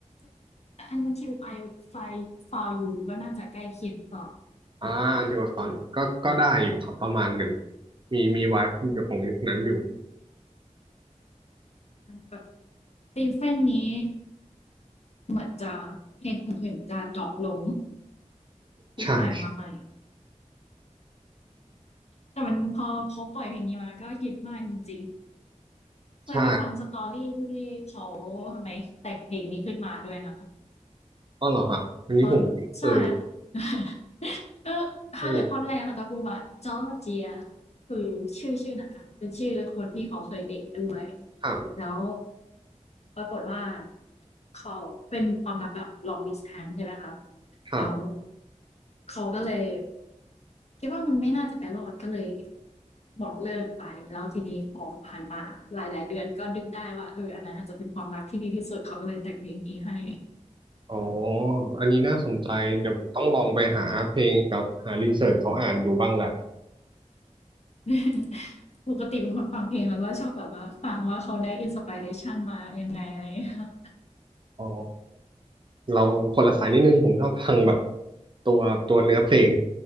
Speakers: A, on the left; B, on the right.
A: ๆอันที่ I find for you ก็น่าจะใกล้เคียงต่อ
B: อ่าอันที่มาตอนก็ก็ได้อยู่ครับประมาณหนึ่งมีมีไวฟ์อยู่ของยุคนั้นอยู่
A: แบบ ตีเฟนนี้เหมือนจะเพลงอื่นๆจะดรอปลงที่ปล่อยมาใหม่
B: ใช่
A: แต่มันพอเขาปล่อยเพลงนี้มาก็ฮิตมากจริงๆเคยไปฟังสตอรี่ที่เขา
B: ใช่
A: ทำไมแต่งเพลงนี้ขึ้นมาด้วยนะคะ
B: อ๋อเหรอฮะอันนี้ผมไม่เคย
A: เขาใช่ <laughs> ก็ถ้าเกิดท่อนแรกเขาจะพูดว่าจอร์เจีย
B: เออ
A: คือชื่อชื่อนั้นนะเป็นชื่อคนที่เขาเคยเดทด้วย
B: ครับ
A: แล้วปรากฏว่าเขาเป็นความรักแบบ long distance ใช่ไหมคะ
B: ครับ
A: แล้วเขาก็เลยคิดว่ามันไม่น่าจะไปรอดก็เลยบอกเลิกไปแล้วทีนี้พอผ่านมาหลายๆเดือนก็ดึกได้ว่าเอออันนั้นอาจจะเป็นความรักที่ดีที่สุดเขาก็เลยแต่งเพลงนี้ให้
B: อ๋ออันนี้น่าสนใจเดี๋ยวผมต้องลองไปหาเพลงกับหารีเสิร์ชเขาอ่านดูบ้างละ
A: <laughs> ปกติเป็นคนฟังเพลงแล้วก็ชอบแบบว่าฟังว่าเขาได้ inspiration มายังไงอะไรอย่างเงี้ยค่ะ
B: อ๋อเราคนละสายนิดนึงผมชอบฟังแบบตัวตัวเนื้อเพลง